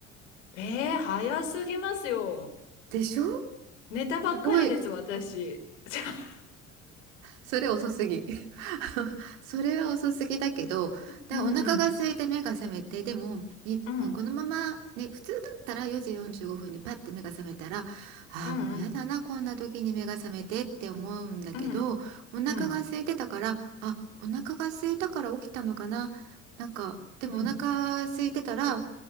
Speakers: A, on the left (about 70°); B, on the right (about 65°).
A: ええ早すぎますよ。
B: でしょ
A: 寝たばっかりです、
B: すごい。
A: 私。<laughs>
B: それ遅すぎ。<laughs> それは遅すぎだけど、で、
A: うんうん、
B: お腹が空いて目が覚めて、でも、に、
A: うん、
B: このままね、普通だったら4時45分にパッて目が覚めたら、ああ、
A: うんうん、
B: もうやだな、こんな時に目が覚めてって思うんだけど、
A: うん、
B: お腹が空いてたから、
A: うん、
B: あ、お腹が空いたから起きたのかな。なんか、でもお腹空いてたら、
A: うん、